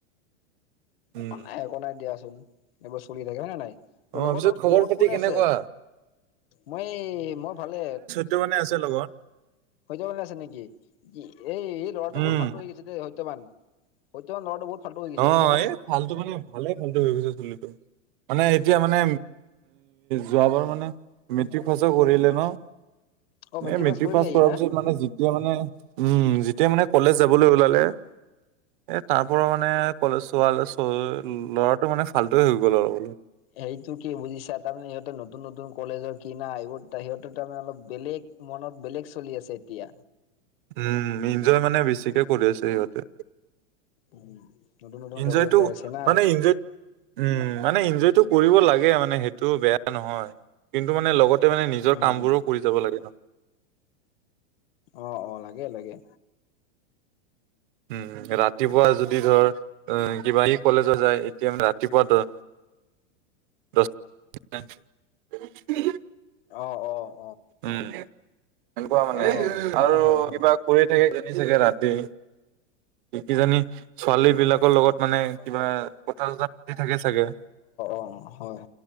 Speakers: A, on the right; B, on the left.
A: উম
B: একো নাই একো নাই দিয়াচোন। এইবোৰ চলি থাকে হয়নে নাই?
A: অ
B: লগৰ
A: পিছত
B: লগত
A: খবৰ
B: লগত
A: পাতি
B: কোনে
A: কেনেকুৱা
B: আছে? মই এই মই ভালে।
A: টো মানে আছে লগত।
B: সত্যবানে আছে নেকি? এ এই ল'ৰাটো
A: উম
B: বহুত ফাল্টো হৈ গৈছে দেই, সত্যবান। সত্যবান লৰাটো বহুত ফাল্টু হৈ গৈছে
A: অ,
B: বুজিছা না?
A: এই ফাল্টো মানে ভালে ফাল্টো হৈ গৈছে চুলিটো। মানে এতিয়া মানে যোৱাবাৰ মানে মেট্ৰিক পাছো কৰিলে ন?
B: অ',
A: এ মেট্ৰিক
B: কৰিলে
A: পাছ
B: সি
A: কৰাৰ
B: না?
A: পিছত মানে যি যেতিয়া মানে উম যেতিয়া মানে কলেজ যাবলৈ ওলালে এ তাৰ পৰা মান মানে কলেজ চোৱালে <unintelligible> ল'ৰাটো মানে ফাল্টুৱে হৈ গ'ল আৰু মানে।
B: সেইটো কি বুজিছা? তাৰমানে সিহঁতৰ নতুন নতুন কলেজৰ কিনা এইবোৰ সিহঁততে তাৰমানে অলপ বেলেগ মনত বেলেগ চলি আছে এতিয়া।
A: উম, ইনজয় মানে বেছিকে কৰিছে সিহঁতে।
B: উম, নতুন নতুন
A: ইনজয়টো
B: কলেজত যায় আছে না।
A: মানে ইনজয় উম, মানে ইনজয়টো কৰিব লাগে মানে সেইটো বেয়া নহয়। কিন্তু মানে লগত তই মানে নিজৰ
B: উম
A: কাম
B: উম
A: বোৰো কৰি যাব লাগে ন?
B: অ অ, লাগে লাগে।
A: উম উম, ৰাতিপুৱা যদি ধৰ অ কিবা <unintelligible> <unintelligible>
B: অ অ।
A: উম, এনেকুৱা মানে
B: অ
A: আৰু
B: হয় হয় হয়
A: কিবা কৰি থাকে কিজানি চাগে ৰাতি। কি কিজানি ছোৱালী বিলাকৰ লগত। মানে
B: অ,
A: কিবা কথা চথা পাতি থাকে চাগে।
B: অ, হয়।